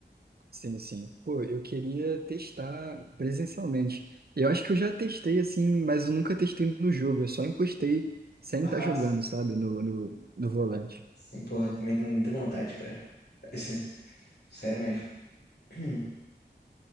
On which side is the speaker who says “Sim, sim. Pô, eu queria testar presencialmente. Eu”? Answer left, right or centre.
Right